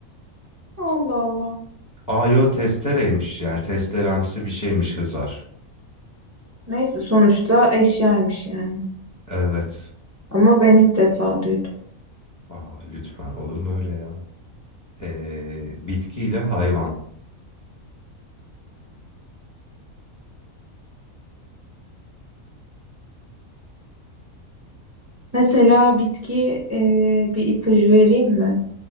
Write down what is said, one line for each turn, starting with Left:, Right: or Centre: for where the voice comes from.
Right: Allah Allah.
Left: Ayo testereymiş yani testeremsi bir şeymiş hızar.
Right: Neyse sonuçta eşyaymış yani.
Left: Evet.
Right: Ama ben ilk defa duydum.
Left: Aa, lütfen olur mu öyle ya? Ee, bitkiyle hayvan.
Right: Mesela bitki e, bir ipucu vereyim mi?